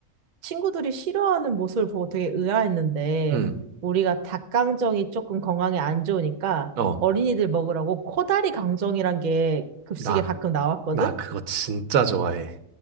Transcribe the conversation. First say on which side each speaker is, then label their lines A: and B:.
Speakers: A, on the right (about 45°); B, on the right (about 80°).
A: 친구들이 싫어하는 모습을 보고 되게 의아했는데,
B: 응.
A: 우리가 닭강정이 조금 건강에 안 좋으니까
B: 어.
A: 어린이들 먹으라고 코다리 강정이란 게 급식에
B: 나
A: 가끔 나왔거든?
B: 나 그거 진짜 좋아해.